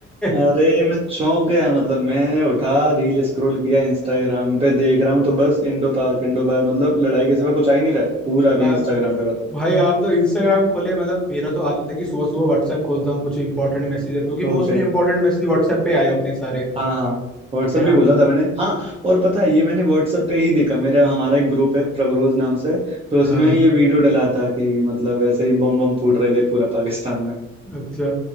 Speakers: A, on the right (about 20°); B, in the centre.
A: अरे
B: <laughs>
A: मैं चौंक गया मतलब मैंने उठा रील स्क्रॉल किया इंस्टाग्राम पे देख रहा हूँ तो बस इंडो पार्क इंडो पार्क मतलब लड़ाई के सिवा कुछ आ ही नहीं रहा है पूरा अभी
B: आ,
A: इंस्टाग्राम पे बताओ
B: भाई आप तो इंस्टाग्राम खोले मतलब मेरा तो आदत है कि सुबह सुबह व्हाट्सएप खोलता हूँ कुछ इंपॉर्टेंट मैसेज है क्योंकि
A: ओके
B: मोस्टली इंपॉर्टेंट मैसेज व्हाट्सएप पे आए होते हैं सारे
A: हाँ हाँ व्हाट्सएप
B: है ना
A: भी बोला था मैंने हाँ और पता है ये मैंने व्हाट्सएप पे ही देखा मेरा हमारा एक ग्रुप है प्रवरोज नाम से तो उसमें
B: हाँ
A: ये वीडियो डला था कि मतलब ऐसे ही बम बम फूट रहे थे पूरा पाकिस्तान में
B: अच्छा